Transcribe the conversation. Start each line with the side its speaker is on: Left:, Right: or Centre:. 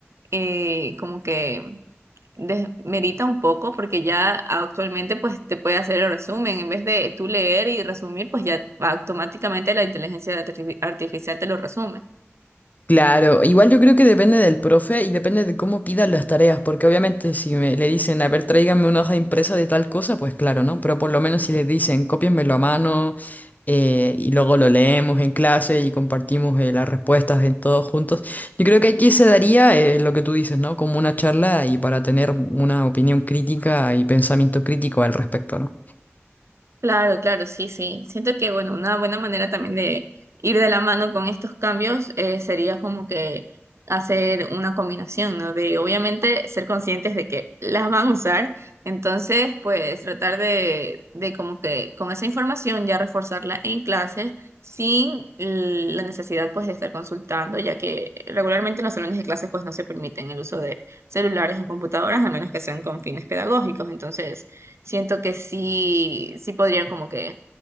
Right: eh, como que desmerita un poco porque ya actualmente pues te puede hacer el resumen. En vez de tú leer y resumir, pues ya automáticamente la inteligencia artifi- artificial te lo resume.
Left: Claro, igual yo creo que depende del profe y depende de cómo pidan las tareas, porque obviamente si me, le dicen, a ver, tráiganme una hoja impresa de tal cosa, pues claro, ¿no? Pero por lo menos si les dicen, cópienmelo a mano eh, y luego lo leemos en clase y compartimos eh, las respuestas en todos juntos, yo creo que aquí se daría eh, lo que tú dices, ¿no? Como una charla y para tener una opinión crítica y pensamiento crítico al respecto, ¿no?
Right: Claro, claro, sí, sí. Siento que, bueno, una buena manera también de ir de la mano con estos cambios eh, sería como que hacer una combinación, ¿no? De obviamente ser conscientes de que las van a usar, entonces pues tratar de, de como que con esa información ya reforzarla en clases sin l- la necesidad pues de estar consultando, ya que regularmente en los salones de clases pues no se permiten el uso de celulares o computadoras a menos que sean con fines pedagógicos, entonces siento que sí, sí podrían como que